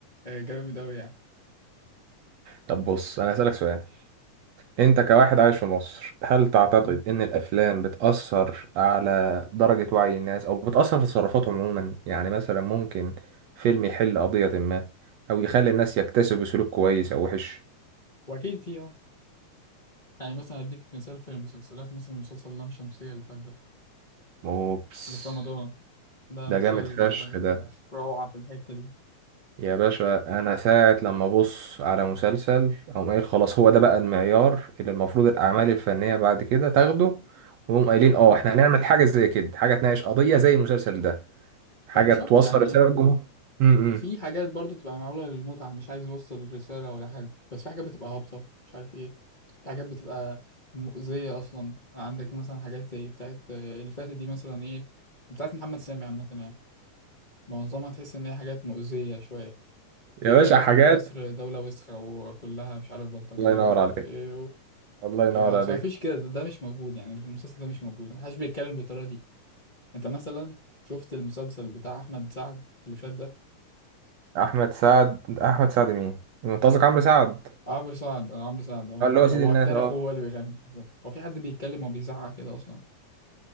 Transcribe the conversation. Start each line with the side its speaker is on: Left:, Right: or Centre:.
Left: جامد قوي يعني
Right: طب بص أنا هسألك سؤال أنت كواحد عايش في مصر هل تعتقد
Left: مم.
Right: إن الأفلام بتأثر على درجة وعي الناس أو بتأثر في تصرفاتهم عموما يعني مثلا ممكن فيلم يحل قضية ما أو يخلي الناس يكتسبوا سلوك كويس أو وحش
Left: واكيد في اه يعني مثلا هديك مثال في المسلسلات مثلا مسلسل لام شمسية اللي فات ده
Right: أوبس
Left: اللي في رمضان ده مثال
Right: ده جامد فشخ
Left: آه،
Right: ده
Left: روعة في الحتة دي
Right: يا باشا أنا ساعة لما أبص على مسلسل أقوم قايل خلاص هو ده بقى المعيار اللي المفروض الأعمال الفنية بعد كده تاخده ويقوم قايلين اه احنا هنعمل حاجة زي كده حاجة تناقش قضية زي المسلسل ده حاجة
Left: هو مش
Right: توصل
Left: شرط يعني
Right: رسالة للجمهور امم
Left: في حاجات برضو تبقى معمولة للمتعة مش عايز يوصل الرسالة ولا حاجة بس في حاجات بتبقى هابطة مش عارف ايه في حاجات بتبقى مؤذية أصلا عندك مثلا حاجات زي بتاعت آه، اللي فاتت دي مثلا ايه بتاعت محمد سامي عامة يعني معظمها تحس إن هي حاجات مؤذية شوية بيبان
Right: يا باشا
Left: لك
Right: حاجات
Left: إن مصر دولة وسخة وكلها مش عارف بلطجية
Right: الله ينور
Left: ومش
Right: عليك
Left: عارف ايه
Right: الله
Left: الكلام
Right: ينور
Left: اصل
Right: عليك
Left: ما فيش كده ده, ده مش موجود يعني اللي في المسلسل ده مش موجود محدش بيتكلم بالطريقه دي انت مثلا شفت المسلسل بتاع احمد سعد اللي فات ده
Right: أحمد سعد أحمد سعد مين؟ أنت قصدك عمرو سعد
Left: آه، عمرو سعد آه، عمرو سعد اه
Right: آه، اللي
Left: معلش
Right: هو سيد
Left: هو
Right: الناس
Left: التاني
Right: أه
Left: اخوه هو اللي بيغني بالظبط هو في حد بيتكلم وبيزعق كده اصلا